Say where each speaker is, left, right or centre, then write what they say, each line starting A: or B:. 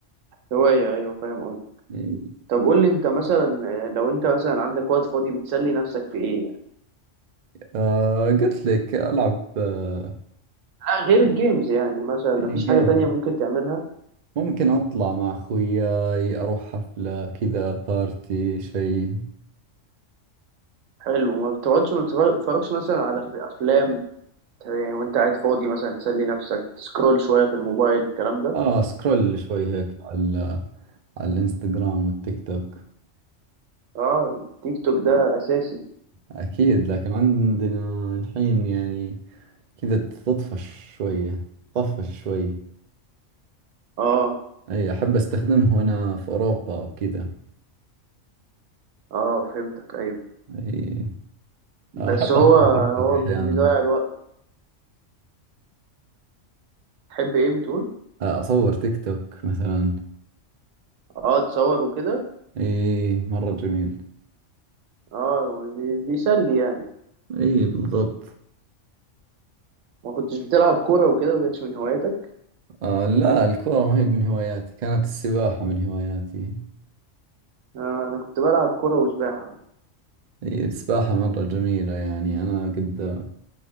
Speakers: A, on the right (about 85°); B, on the right (about 60°).
A: هواية ايوه فاهم قصدي
B: إي.
A: طب قول لي انت مثلا آه، لو انت مثلا عندك وقت فاضي بتسلي نفسك في ايه يعني
B: آه قلت لك ألعب آه،
A: آه، غير الجيمز يعني مثلا مفيش
B: فالورانت
A: حاجة تانية ممكن تعملها
B: ممكن أطلع مع خوياي أروح حفلة كذا بارتي شيء
A: حلو ما بتقعدش ما بتتفرجش مثلا على في افلام يعني وانت قاعد فاضي مثلا تسلي نفسك تسكرول شوية في الموبايل الكلام ده
B: آه سكرول شوي هيك على على الإنستغرام والتيك توك
A: اه التيك توك ده اساسي
B: أكيد لكن عندنا الحين يعني كذا تطفش شوية طفش شوي
A: اه
B: أي أحب أستخدمه وأنا في أوروبا وكذا
A: اه فهمتك ايوه
B: أي أحب
A: بس هو
B: أصور تيك توك
A: هو
B: أحيانا
A: بي- بيضيع الوقت تحب ايه بتقول
B: آه، أصور تيك توك مثلا
A: اه تصور وكده
B: أي مرة جميل
A: اه بي- بيسلي يعني
B: أي بالضبط
A: ما كنتش بتلعب كورة وكده ما كانتش من هواياتك
B: آه لا الكورة ما هي من هواياتي كانت السباحة من هواياتي
A: آه انا كنت بلعب كرة وسباحة
B: هي السباحة مرة جميلة يعني أنا قد